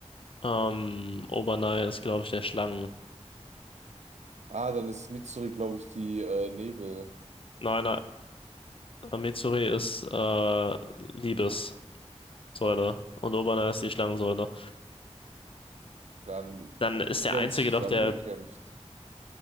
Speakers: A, on the left (about 50°); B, on the right (about 75°).
A: Ähm, Obernai ist, glaube ich, der Schlangentyp.
B: Ah, dann ist Mitsuri, glaube ich, die äh, Nebel.
A: Nein, nein. äh, Mitsuri ist äh, Liebes. Säule und Oberner ist die Schlangensäule.
B: Wann
A: Dann
B: haben
A: ist
B: die
A: der
B: denn
A: einzige
B: zusammengekämpft?
A: doch der,